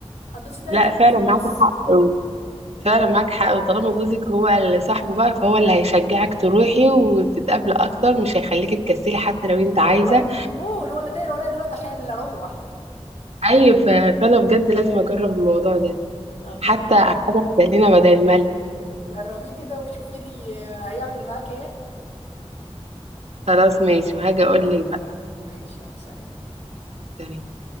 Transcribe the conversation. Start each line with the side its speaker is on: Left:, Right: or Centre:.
Left: هتبصي ده
Right: لا
Left: انت كنت
Right: فعلا
Left: في النص
Right: معاك حق فعلا معاك حق وطالما جوزك هو اللي صاحبه بقى فهو اللي هيشجعك تروحي وتتقابلي أكتر مش هيخليكي تكسلي حتى لو أنت
Left: هو
Right: عايزة
Left: اللي بيقول هو اللي داير ورايا دلوقتي عشان اللي اروح
Right: أيوة ف- فأنا بجد لازم أجرب الموضوع ده
Left: طب
Right: حتى
Left: جربي
Right: حاجة تسلينا بدل الملل
Left: جربيه كده وشوفي لي آه، هيعمل معاك ايه
Right: خلاص ماشي وهاجي أقول لك بقى
Left: ماشي يلا سلام
Right: تمام